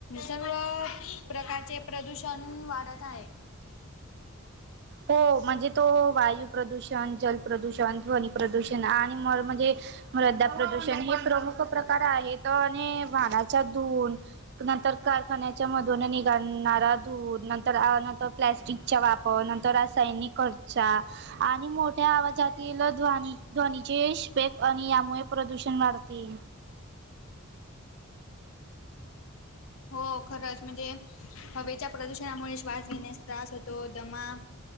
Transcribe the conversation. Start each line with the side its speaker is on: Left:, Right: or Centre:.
Left: सर्व प्रकारचे प्रदूषण वाढत आहे.
Right: हो म्हणजे तो वायू प्रदूषण जलप्रदूषण ध्वनी प्रदूषण आणि म म्हणजे. मृधा प्रदूषण हे प्रमुख प्रकार आहेत आणि वानाचा धुून. नंतर कारखान्याच्या मधून निघालणारा धूर नंतर नंतर प्लॅस्टिकचा वापर. त रासायनिक खर्चा. आणि मोठ्या आवाजातीलील ध्वनी ध्वनीचे पेक आणि यामुळे प्रदूषण वाढते.
Left: हो खरंच म्हणजे हवेच्या प्रदूषणामुळे श्वास घेण्यास. त्रास होतो दमा